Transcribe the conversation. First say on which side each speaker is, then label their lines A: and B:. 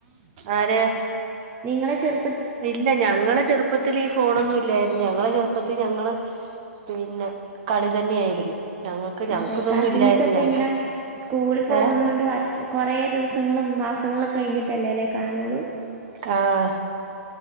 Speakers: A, on the right; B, on the right.
A: ആരെ
B: നിങ്ങളെ ചെർ
A: ഇല്ല ഞങ്ങളെ ചെറുപ്പത്തിൽ ഈ ഫോണൊന്നും ഇല്ലായിരുന്നു ഞങ്ങളെ ചെറുപ്പ പ്പത്തി ഞങ്ങള് പിന്നെ കളി തന്നെയായിരുന്നു ഞങ്ങൾക്ക് ഞങ്ങക്ക്
B: അതെ
A: ഇതൊന്നും
B: കസിൻസൊക്കെ
A: ഇല്ലായിരുന്നു ഞങ്ങക്ക്
B: ഇങ്ങനെ സ്കൂളിൽ പോകുന്നതോണ്ട്
A: ഏഹ്
B: വർഷ കൊറേ ദിവസങ്ങളും മാസങ്ങളൊക്കെ കഴിഞ്ഞിട്ടല്ലേ ല്ലെ കാണോളു?
A: ആഹ